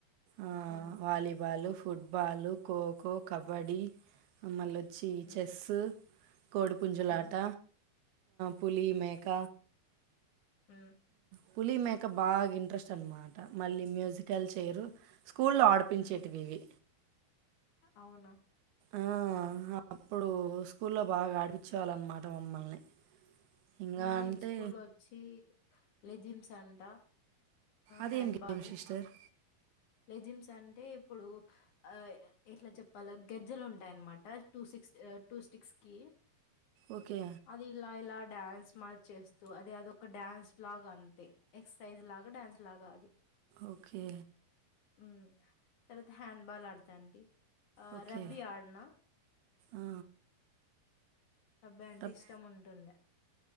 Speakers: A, on the right (about 80°); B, on the left (about 60°).
A: ఆ,
B: హ్మ్
A: వాలీబాలు, ఫుట్బాలు, ఖోఖో, కబడ్డీ, మళ్ళ వచ్చి,
B: హ్మ్
A: చెస్సు, కోడిపుంజులాట,
B: హ్మ్
A: పులి మేక,
B: హు
A: పులి మేక, బాగా, ఇంట్రెస్ట్, అనమాట, మళ్ళీ మ్యూజికల్ చేయిరు, స్కూల్ల్లో, ఆడు ప్పించేటివి,
B: హ్మ్
A: ఇవి,
B: అవునా,
A: ఆ, అప్పుడు, స్కూల్లో, బాగా, ఆడిపించే, వాళ్ళ, అన్నమాట, మమ్మల్ని, ఇంకా
B: నేను,
A: అంటే
B: స్కూల్లో, వచ్చి, లెజిమ్స్, అంట,
A: అదేం
B: హ్యాండ్బాాలు,
A: గేమ్ సిస్టర్
B: లెజిమ్స్, అంటే, ఇప్పుడు, ఆ, ఎట్లా, చెప్పాలంటే గెజ్జలు ఉంటాయన్నమాట, టూ సిక్స్ టూ స్టిక్స్ కి
A: ఓకే
B: అది, ఇలా ఇలా డాన్స్ మార్చేస్తూ అది అదిొ ఒక డ్యాన్స్ లాగ అంతే ఎక్సర్సైజ్, లాగా, డ్యాన్స్, లాగా అది
A: ఓకే
B: ఉ, తర్వాత, హ్యాండ్ బాల్, ఆడత, అండి ఆ,
A: ఓకే
B: రబ్బీ ఆడాను
A: ఆ,
B: రబ్బీ, అంటే,
A: రబ్
B: ఇష్టం, ఉంటుండే,